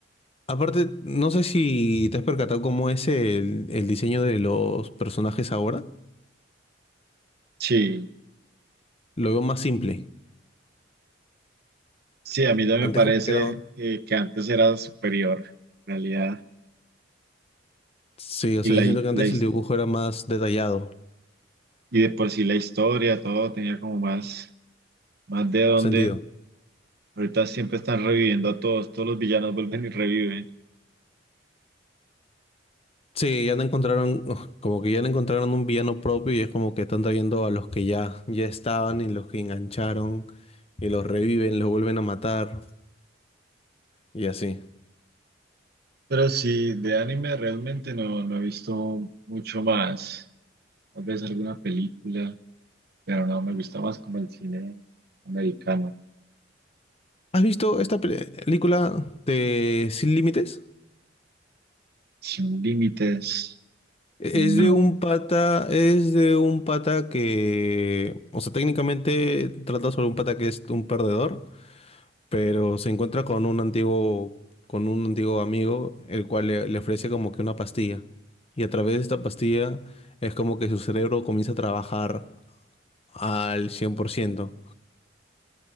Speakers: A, on the left; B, on the right.
A: aparte, no sé si te has percatado cómo es el, el diseño de los personajes ahora.
B: Sí,
A: Lo veo más simple.
B: sí, a mí también
A: Antes
B: me parece
A: como que era...
B: que, que antes era superior, en realidad.
A: Sí, o
B: Y
A: sea,
B: la,
A: yo siento que
B: la
A: antes
B: his-
A: el dibujo era más detallado.
B: y de por sí la historia, todo tenía como más. Más de dónde.
A: Sentido.
B: Ahorita siempre están reviviendo a todos. Todos los villanos vuelven y reviven.
A: Sí, ya no encontraron, uf, como que ya no encontraron un villano propio y es como que están trayendo a los que ya, ya estaban y los que engancharon y los reviven, los vuelven a matar y así.
B: Pero sí, de anime realmente no, no he visto mucho más. Tal vez alguna película, pero no, me gusta más como el cine americano.
A: ¿Has visto esta pe- película de Sin Límites?
B: Sin límites,
A: E-
B: no.
A: Es de un pata, es de un pata que, o sea, técnicamente trata sobre un pata que es un perdedor pero se encuentra con un antiguo, con un antiguo amigo, el cual le, le ofrece como que una pastilla. Y a través de esta pastilla es como que su cerebro comienza a trabajar al cien por ciento